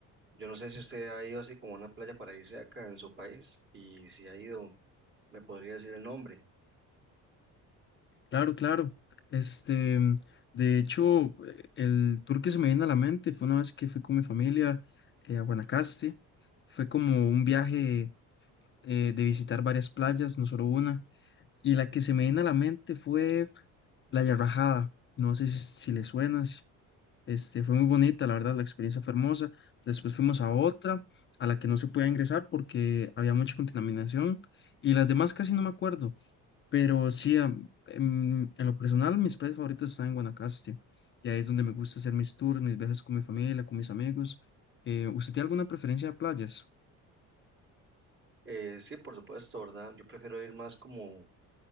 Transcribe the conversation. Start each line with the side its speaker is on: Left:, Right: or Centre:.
Right: Yo no sé si usted ha ido así como a una playa paradisíaca en su país y si ha ido, me podría decir el nombre.
Left: Claro, claro. Este, de hecho, eh, el tour que se me viene a la mente fue una vez que fui con mi familia eh, a Guanacaste. Fue como un viaje eh, de visitar varias playas, no solo una. Y la que se me vino a la mente fue La Yarrajada. No sé si, si le suena. si- Este, fue muy bonita, la verdad, la experiencia fue hermosa. Después fuimos a otra, a la que no se podía ingresar porque había mucha contaminación. Y las demás casi no me acuerdo. Pero sí, a- en, en lo personal, mis playas favoritos están en Guanacaste. Y ahí es donde me gusta hacer mis tours, mis viajes con mi familia, con mis amigos. Eh, ¿usted tiene alguna preferencia de playas?
Right: Eh, sí, por supuesto, ¿verdad? Yo prefiero ir más como